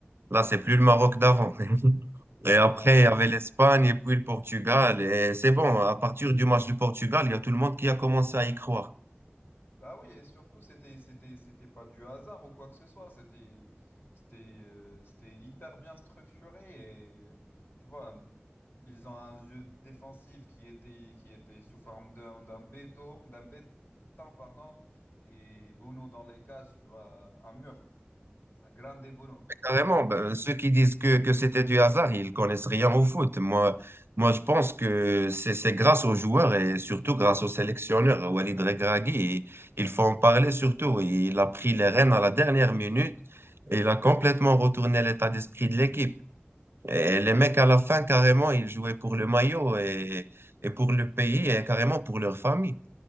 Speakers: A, on the right; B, on the left.
A: là, c'est plus le Maroc d'avant. <laughs> Et après,
B: Ah ouais.
A: il y avait l'Espagne et puis le Portugal. Et c'est bon, à partir du match du Portugal, il y a tout le monde qui a commencé à y croire.
B: Bah oui, et surtout, c'était, c'était, c'était pas du hasard ou quoi que ce soit. C'était, c'était, euh, c'était hyper bien structuré et tu vois, ils ont un jeu défensif qui était, qui était sous forme d'un, d'un béton, d'un béton, pardon, et Bono dans les cases, tu vois, un mur. C'est un grande Bono.
A: Carrément, ben, ceux qui disent que, que c'était du hasard, ils connaissent rien au foot. Moi, moi je pense que c'est c'est grâce aux joueurs et surtout grâce au sélectionneur, Walid Regragui. Il faut en parler surtout. Il a pris les rênes à la dernière minute et il a complètement retourné l'état d'esprit de l'équipe. Et les mecs, à la fin, carrément, ils jouaient pour le maillot et, et pour le pays et carrément pour leur famille.